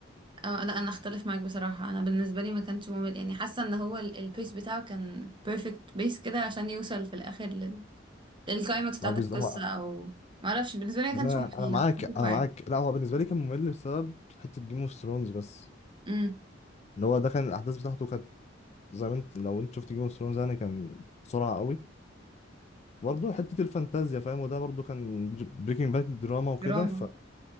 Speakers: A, on the right; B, on the left.
A: اه لا انا اختلف معاك بصراحه انا بالنسبه لي ما كانش ممل يعني حاسه ان هو ال- البيس بتاعه كان بيرفكت بيس كده عشان يوصل في الاخر لل... للكلايمكس بتاعه
B: ما هو بز-
A: القصه
B: هو
A: او ما اعرفش بالنسبه لي ما
B: انا
A: كانش ممل
B: انا معاك
A: كنت بشوفه
B: انا
A: عادي
B: معاك لا هو بالنسبه لي كان ممل بسبب حته جيم اوف ثرونز بس
A: امم
B: اللي هو ده كان الاحداث بتاعته كانت زي ما انت لو انت شفت جيم اوف ثرونز يعني كان بسرعه قوي برضه حته الفانتازيا فاهم وده برضه كان بريكنج باد دراما وكده
A: دراما